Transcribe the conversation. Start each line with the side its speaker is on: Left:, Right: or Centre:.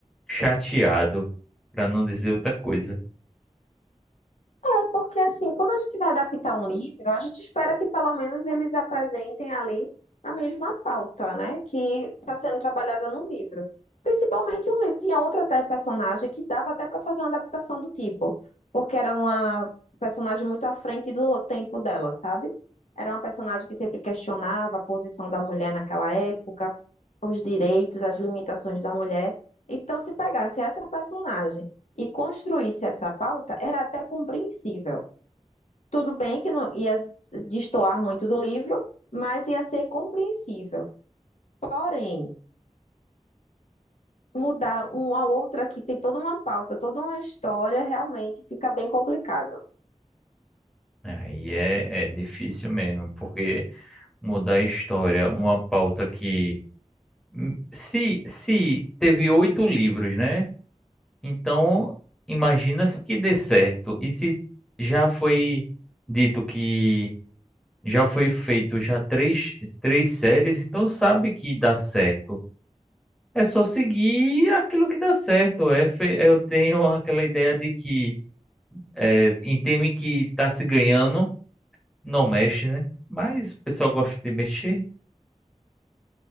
Centre: chateado para não dizer outra coisa.
Left: É, porque assim, quando a gente vai adaptar um livro, a gente espera que pelo menos eles apresentem ali a mesma pauta, né, que está sendo trabalhada no livro. Principalmente um livro tinha outra até personagem que dava até para fazer uma adaptação do tipo, porque era uma personagem muito à frente do tempo dela, sabe? Era uma personagem que sempre questionava a posição da mulher naquela época, os direitos, as limitações da mulher. Então, se pegasse essa personagem e construísse essa pauta, era até compreensível. Tudo bem que não ia destoar muito do livro, mas ia ser compreensível. Porém, mudar uma outra que tem toda uma pauta, toda uma história, realmente fica bem complicado.
Centre: Aí é, é difícil mesmo, porque mudar a história, uma pauta que. hum, Se, se teve oito livros, né? Então, imagina-se que dê certo. E se já foi dito que já foi feito já três, três séries, então sabe que dá certo. É só seguir aquilo que dá certo. É, fe- eu tenho aquela ideia de que é, em time que tá se ganhando. não mexe, né? Mas o pessoal gosta de mexer,